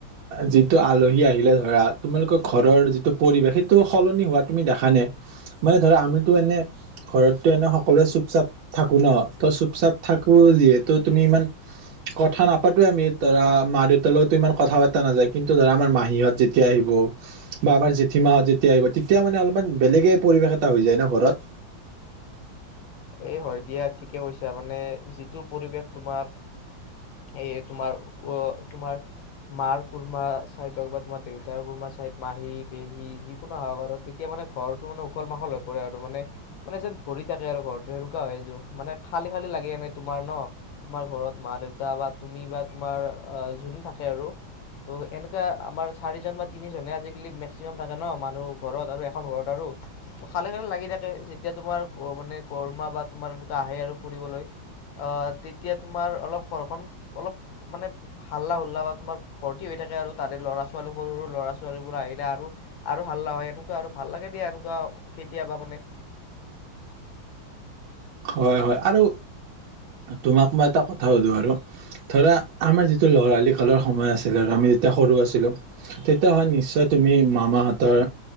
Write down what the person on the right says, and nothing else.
যিটো আলহী আহিলে ধৰা, তোমালোকৰ ঘৰৰ যিটো পৰিৱেশ, সেইটো সলনি হোৱা তুমি দেখা নে? মানে ধৰা আমিতো এনে ঘৰতটো এনে সকলোৱে চুপ-চাপ থাকো ন। ত চুপ-চাপ থাকো যিহেতু তুমি ইমান কথা নাপাতোৱে আমি। ধৰা মা-দেউতা লগততো ইমান কথা পাতা নাযায়। কিন্তু ধৰা আমাৰ মাহীহঁত যেতিয়া আহিব বা আমাৰ জেঠী মাহঁত যেতিয়া আহিব তেতিয়া মানে অলপমান বেলেগে পৰিবেশ এটা হৈ যায় ন ঘৰত।
হয় হয় আৰু তোমাক মই এটা কথা সুধো আৰু ধৰা আমাৰ যিটো লৰালি কালৰ সময় আছিল আৰু আমি যেতিয়া সৰু আছিলো তেতিয়া হয় নিশ্চয় তুমি মামাহঁতৰ